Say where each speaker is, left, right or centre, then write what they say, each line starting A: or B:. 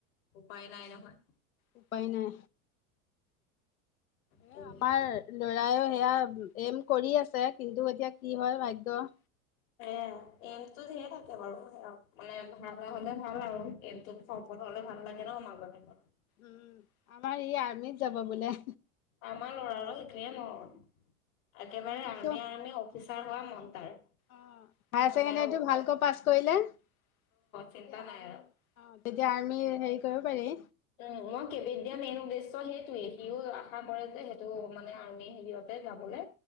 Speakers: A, on the left; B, on the left.
A: উপায় নাই নহয়
B: উপাই নাই। এ
A: তাকে
B: আমাৰ লৰাইয়ও সেয়া এম কৰি আছে কিন্তু এতিয়া কি হয় ভাগ্য।
A: হ এমটো ধিয়ে থাকে বাৰু মানে ভ
B: উম,
A: হলে ভাল আৰু এু স <unintelligible> ল হ'লে ভাল লাগে ন মাজনী ঘট
B: উম আমাৰ ই আৰ্মিত যাব বোলে।
A: আমাৰ লৰাাৰ সেইখিনিয়ে মৰ একেবাৰে
B: মই কৈছো
A: আমি আ অফিচ- <unintelligible> হোৱা মন তাৰ।
B: অ হাইছেকেণ্ডেৰিটো
A: মানে অ
B: ভালকৈ পাছ কৰিলে তেতিয়া
A: চিন্তা
B: আৰ্মি
A: নাই আৰু
B: অ তেতিয়া আৰ্মি হেৰি কৰিব পাৰি।
A: উ মই কেবিধ দিয়া মেইন উদ্দেশ্য সেইটোয়ে সিও আশা কৰে যে সেইটো মানে আৰ্মি হেৰিয়তে গাবলে